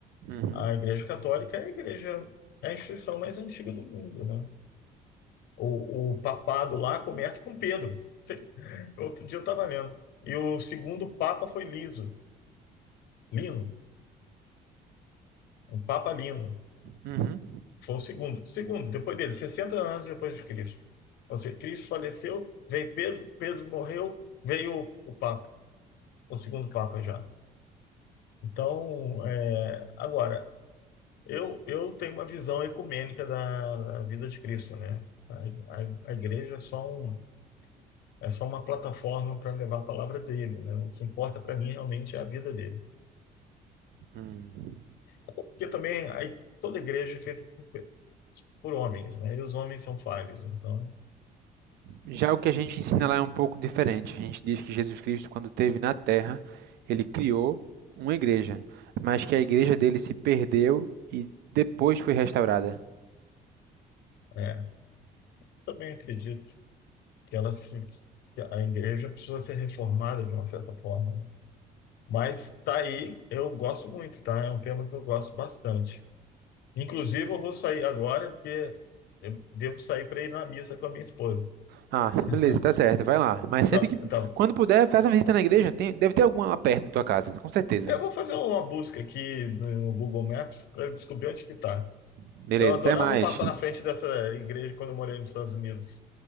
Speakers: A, on the right; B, on the left.
A: Uhum,
B: A Igreja Católica é a igreja, é a instituição mais antiga do mundo, né? O, o papado lá começa com Pedro. <laughs> Outro dia eu estava lendo. E o segundo papa foi Liso, Lino, um papa Lino.
A: uhum,
B: Foi o segundo. Segundo, depois dele, 60 anos depois de Cristo. Ou seja, Cristo faleceu, veio Pedro, Pedro morreu, veio o, o papa, o segundo papa já. Então, é, agora, eu, eu tenho uma visão ecumênica da, da vida de Cristo, né? A, a, a igreja é só um, É só uma plataforma para levar a palavra dele, né? O que importa para mim realmente é a vida dele.
A: hum.
B: Até porque também aí, toda igreja é feita por, por homens, né? E os homens são falhos. Então,
A: Já o que a gente ensina lá é um pouco diferente. A gente diz que Jesus Cristo, quando esteve na Terra, ele criou uma igreja, mas que a igreja dele se perdeu e depois foi restaurada.
B: é, também acredito que ela se, que a igreja precisa ser reformada de uma certa forma. né? Mas tá aí, eu gosto muito, tá? É um tema que eu gosto bastante. Inclusive, eu vou sair agora porque eu devo sair para ir na missa com a minha esposa.
A: Ah,
B: <laughs>
A: beleza, tá certo, vai lá. Mas
B: Tá,
A: sempre que,
B: tá,
A: quando puder, faz uma visita na igreja. Tem, deve ter alguma lá perto da tua casa, com certeza.
B: Eu vou fazer uma busca aqui no Google Maps para descobrir onde que tá.
A: Beleza,
B: Eu adorava
A: até mais.
B: passar na frente dessa igreja quando eu morei nos Estados Unidos.